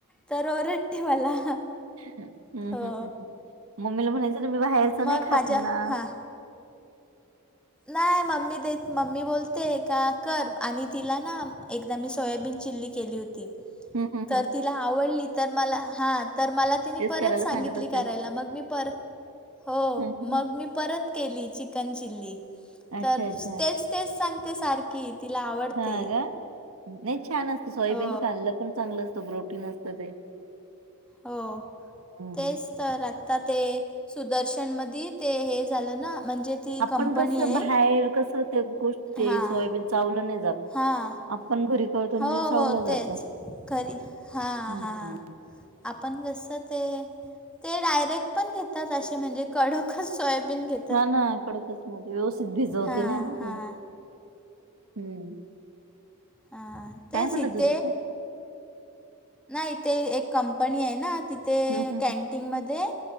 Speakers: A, in the centre; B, on the right.
A: तर ओरडते मला
B: हम्म
A: हो
B: हम्् मम्मीला म्हणायचं मी बाहेरचं
A: मग
B: नाही खात
A: माझ्या
B: ना
A: हां नाही मम्मी देत मम्मी बोलते का कर आणि तिला ना एकदा मी सोयाबीन चिल्लि... केली होती
B: हम हम.
A: तर तिला आवडली तर मला हां तर मला तिने
B: तेच
A: परत
B: करायला
A: सांगितली
B: सांगत असेल.
A: करायला मग मी परत... हो
B: हं, हं.
A: मग मी परत केली चिकन चिल्लि.
B: अच्छा,
A: तर
B: अच्छा.
A: तेच तेच सांगते सारखी तिला आवडते.
B: हां का? नाही छान असत सोयाबीन
A: हो
B: खाल्लं पण चांगलं असतं प्रोटीन असत ते.
A: हो
B: हं.
A: तेच तर आता ते सुदर्शन मध ते हे झालं ना म्हणजे ती
B: आपण
A: कंपनी
B: कस
A: आहे
B: बाहेर
A: एक
B: कस ते गोष्ट ते
A: हां
B: सोयाबीन चावलं नाही जात
A: हां
B: आपण घरी करतो ना
A: हो
B: ते चावलं
A: हो
B: जातं.
A: तेच खरी हा
B: हम्म.
A: हा आपण कसं ते ते डायरेक्ट पण घेतात असे म्हणजे कडोकच सोयाबीन घेत
B: हा ना कडकच नव्हती व्यवस्थित भिजवती
A: हां
B: नाही ना
A: हां
B: ते हम्म
A: हा
B: काय
A: तेचिथ
B: म्हणत होती ते?
A: नाही इ तेे एक कंपनी आहे ना तिथ ते
B: हम्म, हम्म,
A: कॅनटीनमध्ये